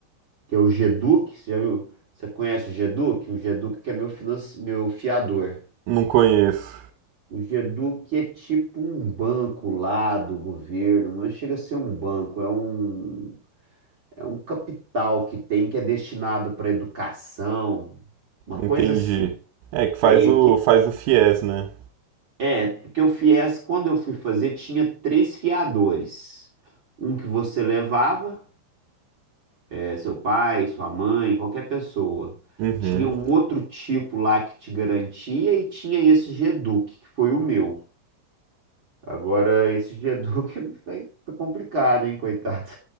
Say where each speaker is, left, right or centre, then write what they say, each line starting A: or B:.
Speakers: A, on the right; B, on the right.
A: que é o GEDUC. Você já viu? Você conhece o GEDUC? O GEDUC que é meu, finance... meu fiador.
B: Não conheço.
A: O GEDUC é tipo um banco lá do governo, não chega a ser um banco, é um. É um capital que tem que é destinado para educação, uma coisa
B: Entendi.
A: assim.
B: É que faz
A: Que é ele
B: o
A: que.
B: faz o FIES, né?
A: É, porque o FIES, quando eu fui fazer, tinha três fiadores. Um que você levava, é, seu pai, sua mãe, qualquer pessoa.
B: Uhum.
A: Tinha um outro tipo lá que te garantia e tinha esse Geduc, que foi o meu. Agora, esse Geduc <laughs> vai- tá complicado, hein, coitado.